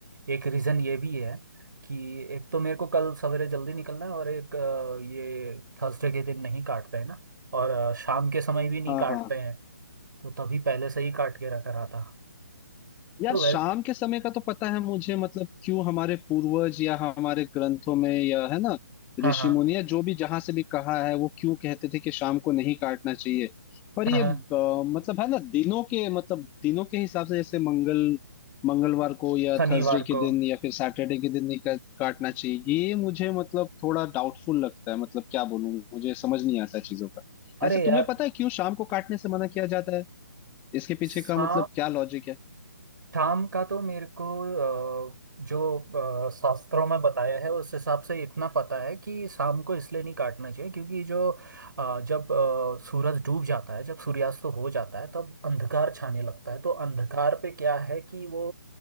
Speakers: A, on the right (about 80°); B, on the left (about 15°).
A: एक रीज़न ये भी है कि एक तो मेरे को कल सवेरे जल्दी निकलना है और एक अ, ये थर्सडे के दिन नहीं काटते हैं ना और अ, शाम के समय भी नहीं
B: हाँ
A: काटते
B: हाँ
A: हैं तो तभी पहले से ही काट के रखा रहा था
B: यार
A: तो
B: शाम
A: वै
B: के समय का तो पता है मुझे मतलब क्यों हमारे पूर्वज या हमारे ग्रंथों में या है ना
A: हाँ
B: ऋषि
A: हाँ
B: मुनि या जो भी जहां से भी कहा है वो क्यों कहते थे कि शाम को नहीं काटना चाहिए पर
A: हाँ
B: ये
A: हाँ
B: अ, मतलब है ना दिनों के मतलब दिनों के हिसाब से जैसे मंगल मंगलवार को या
A: शनिवार
B: थर्सडे के
A: को
B: दिन या फिर सैटरडे के दिन नहीं का, काटना चाहिए ये मुझे मतलब थोड़ा डाउटफुल लगता है मतलब क्या बोलूं मुझे समझ नहीं आता है चीजों का
A: अरे
B: ऐसा
A: यार
B: तुम्हें पता है क्यों शाम को काटने से मना किया जाता है इसके पीछे
A: सा
B: का मतलब क्या लॉजिक है
A: शाम का तो मेरे को अ, जो अ, शास्त्रों में बताया है उस हिसाब से इतना पता है कि शाम को इसलिए नहीं काटना चाहिए क्योंकि जो अ, जब अ, सूरज डूब जाता है जब सूर्यास्त हो जाता है तब अंधकार छाने लगता है तो अंधकार पे क्या है कि वो